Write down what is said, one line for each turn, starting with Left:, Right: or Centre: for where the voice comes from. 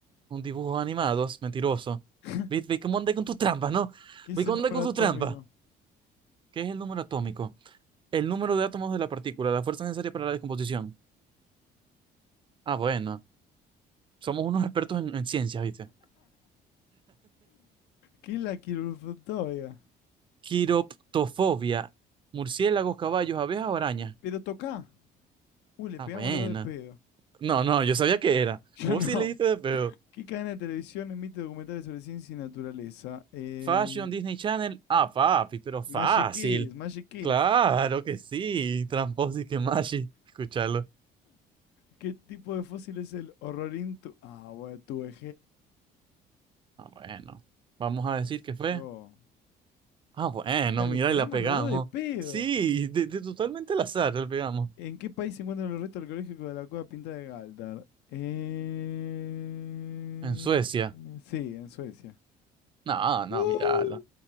Right: Un dibujo animado, es mentiroso.
Left: <laughs>
Right: Ve, ve cómo anda con tus trampas, ¿no?
Left: ¿Qué es
Right: Ve cómo
Left: el número
Right: anda con
Left: atómico?
Right: tus trampas. ¿Qué es el número atómico? El número de átomos de la partícula, la fuerza necesaria para la descomposición. Ah, bueno. Somos unos expertos en, en ciencias, ¿viste?
Left: ¿Qué es la quirúrgica?
Right: Quiroptofobia. Murciélagos, caballos, abejas, o arañas.
Left: Pero toca. Uy, le
Right: Ah,
Left: pegamos
Right: bueno.
Left: los dos de pedo.
Right: No, no, yo sabía que era.
Left: <laughs> Yo
Right: Vos
Left: no.
Right: sí le diste de pedo.
Left: ¿Qué cadena de televisión emite documentales sobre ciencia y naturaleza? Eh,
Right: Fashion, Disney Channel. Ah, papi, pero fácil.
Left: Magic Kids, Magic Kids.
Right: Claro que sí. Tramposis que machi. Escucharlo.
Left: ¿Qué tipo de fósil es el horrorintu? Ah, bueno, tuve
Right: Ah, bueno. Vamos a
Left: ¿Qué
Right: decir
Left: sé
Right: que
Left: yo?
Right: fue. Ah, bueno,
Left: Ah, les
Right: mira,
Left: pegamos
Right: y la pegamos.
Left: los dos de pedo.
Right: Sí, de, de totalmente al azar la pegamos.
Left: ¿En qué país se encuentran los restos arqueológicos de la cueva pintada de Galdar? Eh...
Right: En Suecia.
Left: Sí, en Suecia.
Right: No, no,
Left: ¡Uh!
Right: mírala.